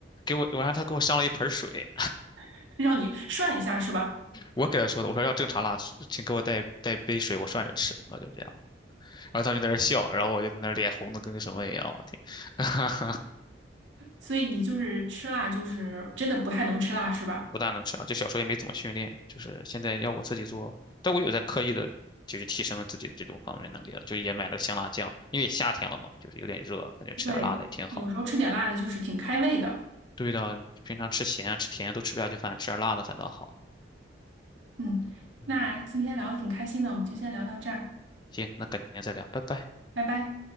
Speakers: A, on the left; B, on the right.
A: 给我，我让他给我上了一盆水，
B: <laughs> 让你涮一下是吧？
A: 我给他说的，我说要正常辣，请给我带带杯水，我涮着吃，我就这样。然后他们就在那儿笑，然后我就在那儿脸红的跟个什么一样，我天，<laughs>
B: 所以你就是吃辣，就是真的不太能吃辣是吧？
A: 不大能吃了。就小时候也没怎么训练，就是现在要我自己做，但我有在刻意的，就是提升自己的这种方面能力了，就也买了香辣酱，因为夏天了嘛，就是有点热，感觉吃点辣的也挺好。
B: 对，有时候吃点辣的就是挺开胃的。
A: 对的，平常吃咸啊吃甜啊都吃不下去饭，吃点辣的反倒好。
B: 嗯，
A: 嗯，
B: 那今天聊的挺开心的，我们就先聊到这儿，
A: 行，那改天再聊，拜拜。
B: 拜拜。